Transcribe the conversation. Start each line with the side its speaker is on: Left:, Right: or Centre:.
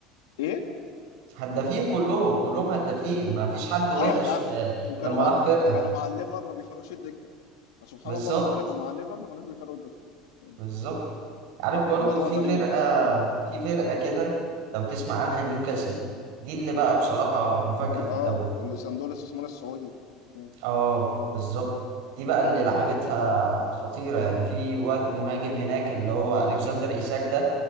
Left: ايه
Right: هدافين كلهم كلهم هدافين ما فيش حد وحش
Left: اه تع...
Right: في-
Left: وكانوا
Right: لما
Left: مع
Right: راح فرقة
Left: وكانوا مع الليفر ما بيفرقوش الدكه سبحان
Right: بالظبط
Left: الله ما انا بقول لك ومع الليفر ما كانوش بيفرقوا الدكه مم.
Right: بالظبط عارف برضو
Left: فالموضوع
Right: في
Left: غريب
Right: فرقة
Left: مم.
Right: في فرقة كده لو تسمع عنها نيوكاسل دي اللي بقى بصراحة مفاجأة
Left: اكيد
Right: في
Left: اه
Right: الدوري
Left: صندوق الاستثمار السعودي م-
Right: اه بالظبط دي بقى اللي لعبتها خطيرة يعني في واد مهاجم هناك اللي هو ألكسندر إيساك ده